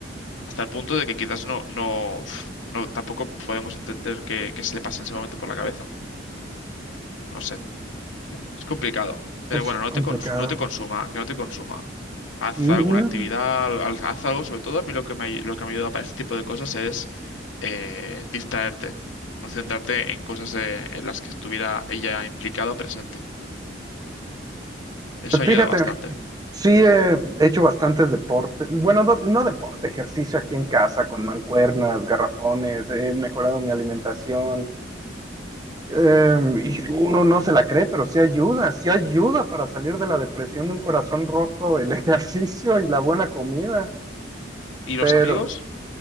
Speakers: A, on the left; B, on the right.
A: Hasta el punto de que quizás no, no, uf, no tampoco podemos entender qué, qué se le pasa en ese momento por la cabeza. No sé. Es complicado. Pero
B: es
A: bueno, no
B: complicado.
A: te, cons- no te consuma, que no te consuma. Haz
B: No,
A: alguna actividad, al- al- haz algo. Sobre todo a mí lo que me, ay- lo que me ayuda para este tipo de cosas es eh, distraerte, no centrarte en cosas eh, en las que estuviera ella implicada o presente. Eso
B: pues
A: ayuda
B: fíjate,
A: bastante.
B: sí he hecho bastantes deportes. Bueno, no, no deporte, ejercicio aquí en casa con mancuernas, garrafones, he mejorado mi alimentación. Eh, y uno no se la cree, pero sí ayuda, sí ayuda para salir de la depresión de un corazón roto, el <laughs> ejercicio y la buena comida.
A: ¿Y
B: Pero
A: los amigos?